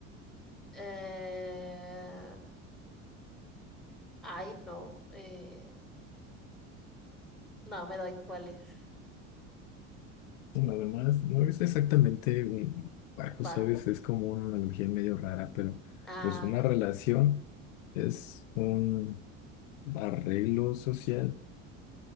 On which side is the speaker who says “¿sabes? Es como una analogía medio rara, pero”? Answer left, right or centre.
Left